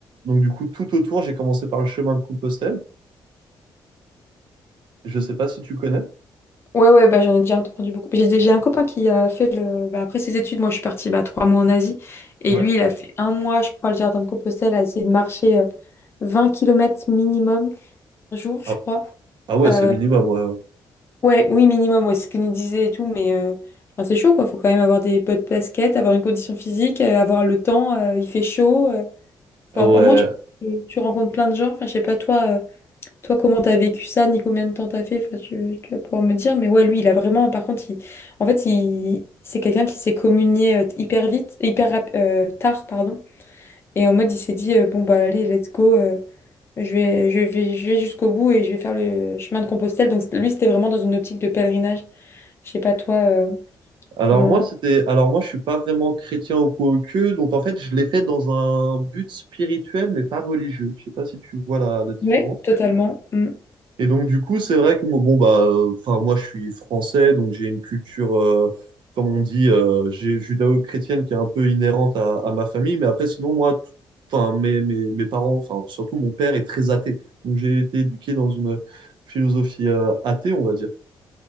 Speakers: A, on the right; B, on the left.
A: donc du coup, tout autour, j'ai commencé par le chemin de Compostelle. Je sais pas si tu connais.
B: Ouais, ouais, bah, j'en ai déjà entendu beaucoup. J'ai j'ai un copain qui a fait le. bah, après ses études, moi je suis partie bah, trois mois en Asie. Et
A: Ouais.
B: lui, il a fait un mois, je crois, le jardin de Compostelle, à essayer de marcher euh, 20 km minimum par jour, je
A: Ah,
B: crois.
A: ah ouais,
B: Euh,
A: c'est minimum, ouais. ouais.
B: Ouais, oui, minimum, ouais, c'est ce qu'il nous disait et tout, mais euh, enfin, c'est chaud, quoi. Faut quand même avoir des pots de basket, avoir une condition physique, euh, avoir le temps, euh, il fait chaud. euh.
A: Ouais,
B: Enfin, au moins, je pense que tu rencontres plein de gens. Enfin, je sais pas, toi, euh, toi, comment t'as vécu ça, ni combien de temps t'as fait, enfin, tu, tu vas pouvoir me dire. Mais ouais, lui, il a vraiment, par contre, il, en fait, il, c'est quelqu'un qui s'est communié euh, hyper vite, hyper rap- euh, tard, pardon. Et en mode, il s'est dit, euh, bon, bah, allez, let's go. euh, Je vais, je vais, je vais jusqu'au bout et je vais faire le chemin de Compostelle. Donc, lui, c'était vraiment dans une optique de pèlerinage. Je sais pas toi euh,
A: Alors
B: comment.
A: moi, c'était, alors moi, je suis pas vraiment chrétien au coup au que, donc en fait, je l'ai fait dans un but spirituel, mais pas religieux. Je sais pas si tu vois la, la différence.
B: Ouais, totalement. Mm.
A: Et donc du coup, c'est vrai que moi, bon bah, euh, enfin moi, je suis français, donc j'ai une culture, euh, comme on dit, euh, j'ai- judéo-chrétienne qui est un peu inhérente à, à ma famille. Mais après, sinon moi, tout- enfin mes, mes, mes parents, enfin surtout mon père est très athée, donc j'ai été éduqué dans une philosophie euh, athée, on va dire.